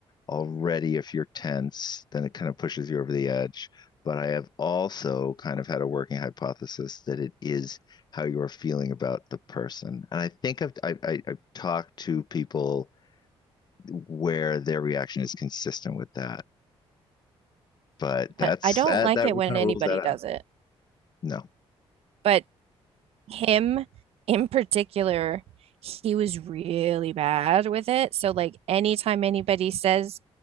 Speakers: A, on the left; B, on the right.
A: already if you're tense, then it kind of pushes you over the edge. But I have also kind of had a working hypothesis that it is how you're feeling about the person. And I think I've I, I, I've talked to people where their reaction is consistent with that. But that's
B: I I don't
A: that
B: like
A: that
B: it when
A: kind
B: anybody
A: of rules that out.
B: does it.
A: No.
B: But him in particular, he was really bad with it. So like anytime anybody says